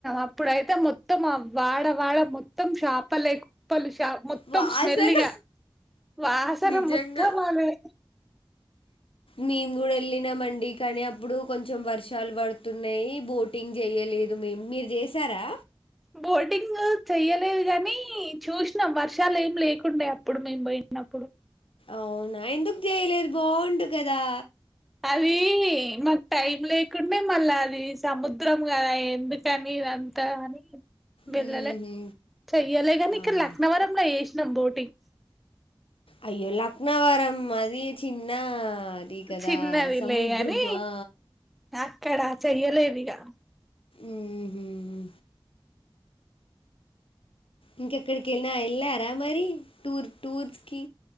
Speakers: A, in the centre; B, on the left.
A: అప్పుడైతే మొత్తం ఆ వాడవాడ మొత్తం చాపలే కుప్పల్ మొత్తం
B: వాసన
A: స్మెల్లిగా వాసన
B: నిజంగా.
A: మొత్తం అదే
B: మేము కూడా వెళ్ళినామండి కానీ అప్పుడు కొంచెం వర్షాలు పడుతున్నాయి బోటింగ్ చేయలేదు మేము మీరు చేసారా
A: బోటింగ్ చెయ్యలేదు కానీ చూసినాం వర్షాలు ఏం లేకుండే అప్పుడు మేము పోయినప్పుడు
B: అవునా ఎందుకు చేయలేదు బావుండు కదా
A: అది మాకు టైం లేకుండే మళ్ళా అది సముద్రం కదా ఎందుకని ఇదంత అని వెళ్ళలే
B: హుహు.
A: చెయ్యలే కానీక్క
B: అవును.
A: లక్నవరం చెశ్ బోటింగ్
B: అయ్యో లక్నవరం అది చిన్న అది కదా
A: చిన్నది
B: సముద్రం
A: లే గాని
B: ఆ.
A: అక్కడ చెయ్యలేవియా
B: మ్మ్. ఇంకెక్కడికైన వెళ్ళా ద మరి టూర్ టూర్స్ కి